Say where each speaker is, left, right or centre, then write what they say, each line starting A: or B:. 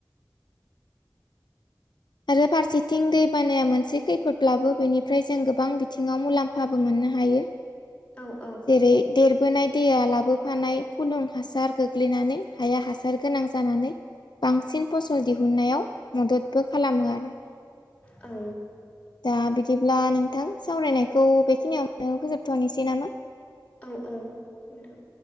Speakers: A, on the left; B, on the left.
A: आरो फारसेथिं दै बानाया मोनसे खैफोदब्लाबो बेनिफ्राय जों गोबां बिथिङाव मुलाम्फाबो मोनो। नो हायो।
B: औ
A: जेरै देरबोनाय दैया लाबोफानाय फुलुं हासार गोग्लैनानै हाया हासार गोनां जानानै बांसिन फसल दिहुननायाव मददबो खालामो आरो
B: औ
A: दा बिदिब्ला नोंथां सावरायनायखौ बेखिनियावनो
B: औ
A: फोजोबथ'नोसै नामा?
B: औ औ नोंथां